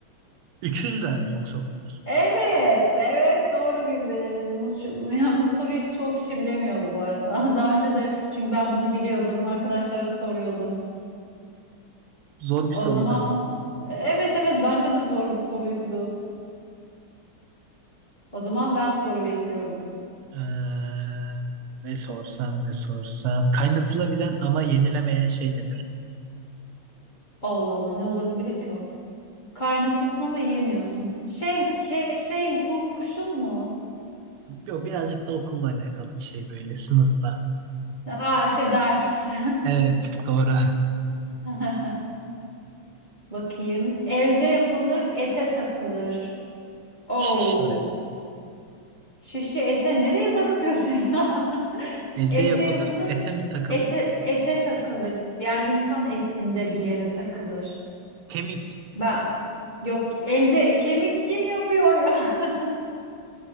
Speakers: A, on the right (about 80°); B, on the left (about 25°).
A: üçüzler mi yoksa bunlar?
B: Evet, evet doğru bildin. Bu, şu- yani bu soruyu çoğu kişi bilemiyor bu arada. <laughs> Daha önce de çünkü ben bunu biliyordum, arkadaşlara soruyordum.
A: Zor bir
B: O
A: soruydu
B: zaman
A: ama.
B: e, evet evet bence de zor bir soruydu. O zaman ben soru bekliyorum.
A: Ee, ne sorsam ne sorsam. Kaynatılabilen ama yenilemeyen şey nedir?
B: Allah Allah ne olabilir ki o? Kaynatıyorsun ama yiyemiyorsun. Şey, ke- şey mi kurşun mu?
A: Yo, birazcık da okulla alakalı bir şey böyle sınıfta.
B: Aa şey ders.
A: Evet doğru. <laughs>
B: <laughs> Bakayım. Elde yapılır, ete takılır. Oo.
A: Şiş mi?
B: Şişe ete nereye takıyorsun ya? <laughs>
A: Elde
B: Elde
A: yapılır,
B: yapılır,
A: ete mi takılır?
B: ete ete takılır. Yani insan etinde bir yere takılır.
A: Kemik.
B: Ben yok elde kemik kim yapıyor ya? <laughs>